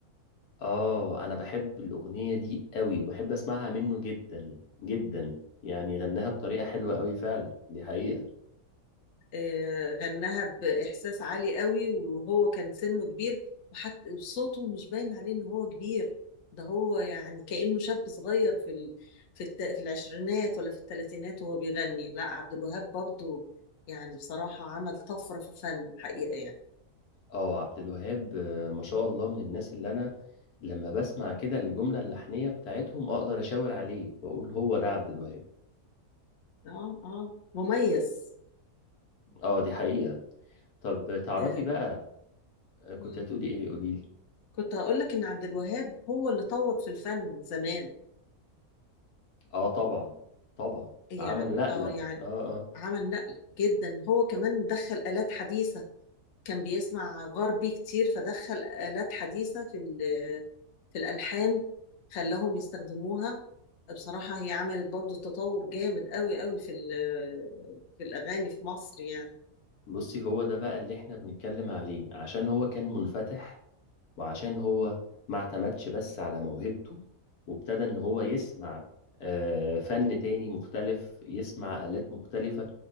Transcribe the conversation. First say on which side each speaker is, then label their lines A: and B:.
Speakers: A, on the left (about 80°); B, on the left (about 60°).
A: اه انا بحب الاغنيه دي قوي وبحب اسمعها منه جدا جدا يعني غناها بطريقه حلوه قوي فعلا دي حقيقه
B: آه، غناها بإحساس عالي قوي وهو كان سنه كبير وحتى صوته مش باين عليه إن هو كبير ده هو يعني كأنه شاب صغير في ال... في الت... في العشرينات ولا في الثلاثينات وهو بيغني لا عبد الوهاب برضو يعني بصراحة عمل طفرة في الفن حقيقة يعني
A: اه عبد الوهاب آه، ما شاء الله من الناس اللي انا لما بسمع كده الجمله اللحنيه بتاعتهم اقدر اشاور عليه واقول هو ده عبد الوهاب
B: اه اه مميز
A: اه دي حقيقه طب تعرفي
B: آه.
A: بقى آه، كنت
B: مم.
A: هتقولي ايه قولي لي
B: كنت هقول لك إن عبد الوهاب هو اللي طور في الفن زمان
A: اه طبعا طبعا
B: يعني
A: عمل نقله
B: اه يعني
A: اه اه
B: عمل نقل جدا هو كمان دخل آلات حديثة كان بيسمع غربي كتير فدخل آلات حديثة في ال- في الألحان خلاهم يستخدموها بصراحة هي عملت برضو تطور جامد قوي قوي في ال- في الأغاني في مصر يعني
A: بصي هو ده بقى اللي احنا بنتكلم عليه عشان هو كان منفتح وعشان هو ما اعتمدش بس على موهبته وابتدى ان هو يسمع آه، فن تاني مختلف يسمع آلات مختلفة